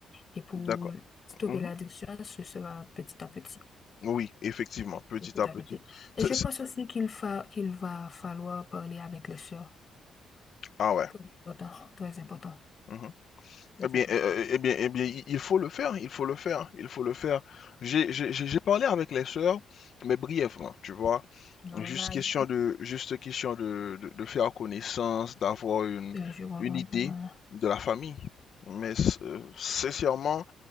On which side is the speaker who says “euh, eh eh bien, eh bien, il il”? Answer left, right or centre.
Left